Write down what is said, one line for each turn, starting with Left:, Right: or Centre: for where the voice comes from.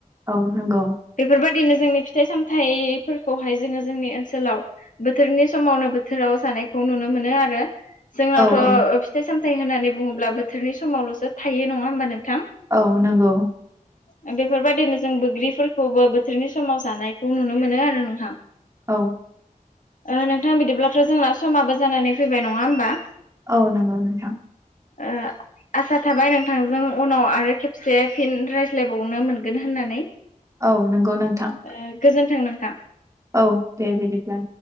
Right: औ नंगौ।
Left: बेफोरबायाददिनो जोंनि फिथाइ सामथाइफोरखौहाय जोङो जोंनि ओनसोलाव बोथोरनि समावनो बोथोराव जानायखौ नुनो मोनो आरो। जोंनावथ'
Right: औ औ
Left: फिथाइ सामथथाय होननानै बुङोब्ला बोथोरनि समावल'सो थायो नङा होमबा नोंथां।
Right: औ नंगौ।
Left: <inaudible> बेफोरबायाददिनो जों बैग्रिफोरखौबो बोथोरनि समाव जानायखौ नुनो मोनो आरो नोंथां।
Right: औ
Left: ओ नोंथां बिदिब्लाथ' जोंना समाबो जानानै फैबाय नङा होमबा
Right: औ नंगौ नोंथां।
Left: ओ आसा थाबाय नोंथांजों उनाव आरो खेबसे फिन रायज्लायबावनो मोनगोन होननानै।
Right: औ नंगौ नोंथां।
Left: ओ गोजोन्थों नोंथां।
Right: औ दे बिदिब्ला।